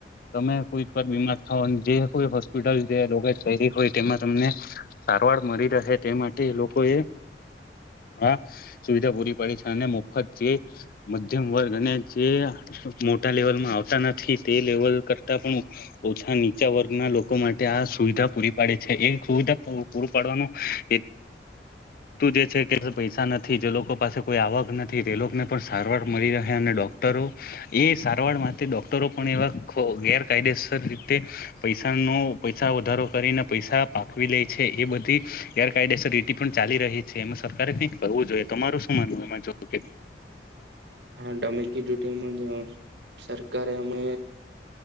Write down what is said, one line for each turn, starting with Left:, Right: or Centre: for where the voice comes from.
Left: તમે કોઈક વાર બીમાર થાવ જે કોઈ હોસ્પિટલ જે રોગજ હોય તેમાં તમને સારવાર મળી રહે. તે માટે લોકો એ હા સુવિધા પૂરી પાડી છે. અને મફત જે મધ્યમ વર્ગ અને જે મો ટા લેવલમાં આવતા નથી તે લેવલ કરતા પણ ઓછા નીચા વર્ગના લોકો માટે આ સુવિધા પૂરી પાડે છે એ સુવિધા પૂરી પાડવાનો એ તું જે છે કે પૈસા નથી જે લોકો પાસે કોઈ આવક નથી તે લોકોને પણ સારવાર મળી રહે અને ડોક્ટરો ઓ એ સારવાર માટે ડોક્ટરો પણ એવા ગેરકાયદેસર રી તે પૈસાનો પૈસા વધારો કરીને પૈસા પાકવી લે છે એ બધી ગેરકાયદેસર રીટી પણ ચાલી રહી છે એમાં સર કઈ કરવું જોઈએ તમારું શું માનવું એમાં જો કે.
Right: હા ટમેં કીધું તેમ જ સરકારે અમે